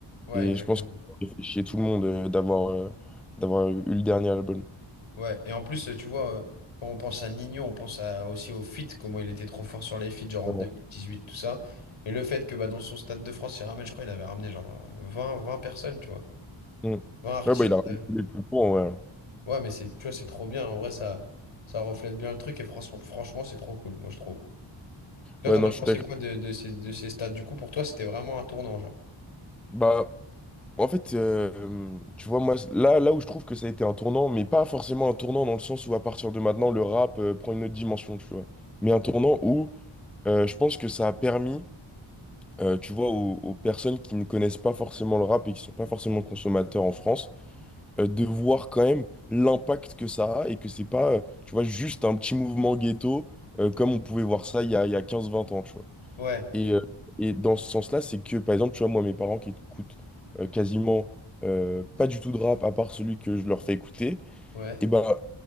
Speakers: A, on the left (about 85°); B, in the centre.
A: Ouais,
B: Et
A: exactement.
B: je pense que ça fait chier tout le monde euh, d'avoir euh, d'avoir eu le dernier album.
A: Ouais, et en plus, tu vois, euh, quand on pense à Nino, on pense à- aussi au fit comment il était trop fort sur les feats, genre en
B: Vraiment.
A: deux mille dix-huit tout ça. Et le fait que bah, dans son Stade de France, il ramène, je crois, il avait ramené genre vingt vingt personnes, tu vois.
B: Mm.
A: vingt artistes.
B: Ouais, bah, il a
A: Ouais,
B: raison, il est plus court, ouais.
A: Ouais, mais c'est, tu vois, c'est trop bien. En vrai, ça, ça reflète bien le truc et franchement, franchement, c'est trop cool, moi, je trouve. Toi,
B: Ouais,
A: t'en
B: non,
A: as
B: je
A: pensé
B: suis d'accord.
A: quoi de, de ces, de ces stades? Du coup, pour toi, c'était vraiment un tournant, genre.
B: Bah, en fait, euh, tu vois, moi, là, là où je trouve que ça a été un tournant, mais pas forcément un tournant dans le sens où à partir de maintenant, le rap euh, prend une autre dimension, tu vois. Mais un tournant où euh, je pense que ça a permis. euh, tu vois, aux, aux personnes qui ne connaissent pas forcément le rap et qui sont pas forcément consommateurs en France, euh, de voir quand même l'impact que ça a et que c'est pas, euh, tu vois, juste un petit mouvement ghetto euh, comme on pouvait voir ça il y a, il y a quinze vingt ans, tu vois.
A: Ouais,
B: Et, euh, et dans ce sens-là, c'est que, par exemple, tu vois, moi, mes parents qui écoutent euh, quasiment euh, pas du tout de rap à part celui que je leur fais écouter,
A: ouais,
B: et ben